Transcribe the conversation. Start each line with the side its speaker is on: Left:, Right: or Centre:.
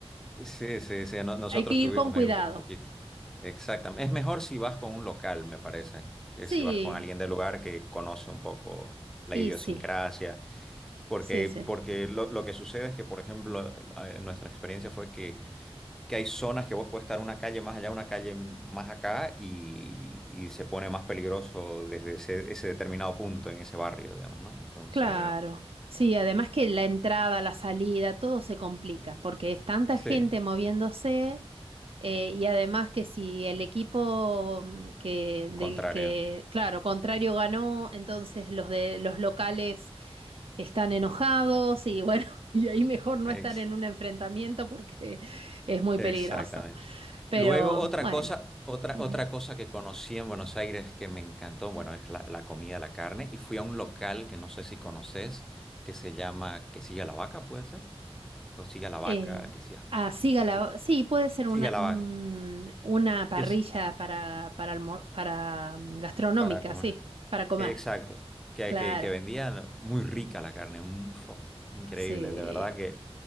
Centre: Sí, sí, sí, no- nosotros
Right: hay que ir
Centre: tuvimos
Right: con cuidado.
Centre: ahí un, po- un poquito. Exactamente. Es mejor si vas con un local, me parece, que
Right: Sí,
Centre: si vas con alguien del lugar que conoce un poco la
Right: y
Centre: idiosincrasia,
Right: sí,
Centre: porque,
Right: sí, sí.
Centre: porque lo, lo que sucede es que, por ejemplo, eh, nuestra experiencia fue que, que hay zonas que vos puedes estar una calle más allá, una calle más acá, y, y se pone más peligroso desde ese, ese determinado punto en ese barrio, digamos, ¿no? Entonces,
Right: Claro, sí, además que la entrada, la salida, todo se complica porque es tanta
Centre: sí,
Right: gente moviéndose eh, y además que si el equipo mm, que del
Centre: contrario.
Right: que, claro, contrario ganó, entonces los de los locales están enojados y bueno, <laughs> y ahí mejor no
Centre: Ex-
Right: estar en un enfrentamiento porque es muy
Centre: Exactamente.
Right: peligroso. Pero
Centre: Luego, otra
Right: bueno.
Centre: cosa, otra,
Right: Ujú.
Centre: otra cosa que conocí en Buenos Aires que me encantó, bueno, es la, la comida, la carne, y fui a un local que no sé si conoces, que se llama Que Siga la Vaca, ¿puede ser? O Siga la Vaca,
Right: Eh,
Centre: que siga,
Right: así gala-
Centre: que
Right: sí, puede ser
Centre: siga
Right: una,
Centre: la
Right: un-
Centre: vaca,
Right: una parrilla
Centre: que es
Right: para, para, almor- para mm, gastronómica,
Centre: para comer.
Right: sí, para comer.
Centre: Exacto, que,
Right: Claro,
Centre: que, que vendían muy rica la carne, mm, fu, increíble,
Right: sí.
Centre: de verdad que